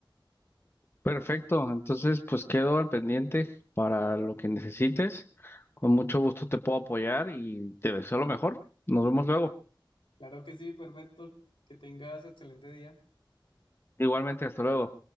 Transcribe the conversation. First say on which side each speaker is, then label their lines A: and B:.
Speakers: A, on the left; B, on the left.
A: Perfecto, entonces pues quedo al pendiente para lo que necesites. Con mucho gusto te puedo apoyar y te deseo lo mejor. Nos vemos luego.
B: Claro que sí, perfecto. Que tengas excelente día.
A: Igualmente, hasta luego.